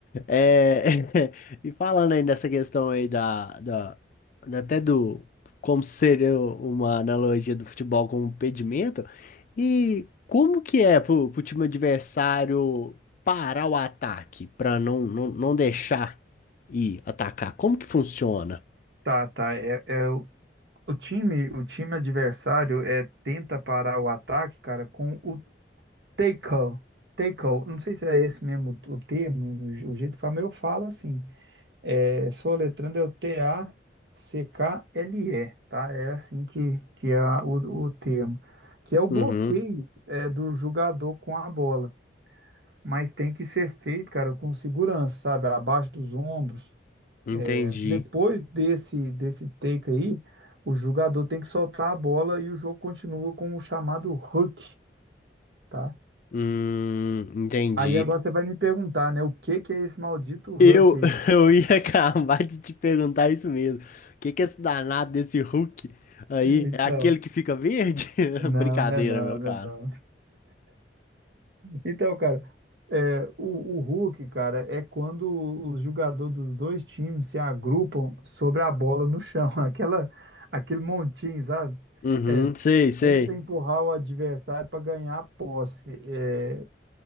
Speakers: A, on the left; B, on the right.
A: É, <laughs> e falando aí nessa questão aí da, da, da- até do como seria uma analogia do futebol com o pedimento, e como que é pro, pro time adversário parar o ataque para não, não, não deixar ir atacar? Como que funciona?
B: Tá, tá. É, é o, o time, o time adversário é tenta parar o ataque, cara, com o tackle. Tackle. Não sei se é esse mesmo o, o termo, o, je- o jeito que fala, mas eu falo assim. É, soletrando é o T-A-C-K-L-E, tá? É assim que, que é a- o, o termo. Que é o bloqueio
A: Uhum,
B: é, do jogador com a bola. mas tem que ser feito, cara, com segurança, sabe? Abaixo dos ombros.
A: entendi.
B: Depois desse, desse take aí, o jogador tem que soltar a bola e o jogo continua com o chamado hook, tá?
A: Hum, entendi.
B: Aí agora você vai me perguntar, né? O que que é esse maldito hook
A: Eu,
B: aí?
A: <laughs> eu ia acabar de te perguntar isso mesmo. O que que é esse danado desse Hulk aí?
B: Então,
A: É aquele que fica verde? <laughs>
B: não,
A: Brincadeira,
B: não, é não,
A: meu
B: não,
A: cara.
B: é não. Então, cara, é, o, o hook, cara, é quando os jogadores dos dois times se agrupam sobre a bola no chão, <laughs> aquela, aquele montinho, sabe?
A: Uhum,
B: É,
A: sei, sei.
B: tenta empurrar o adversário para ganhar a posse, é,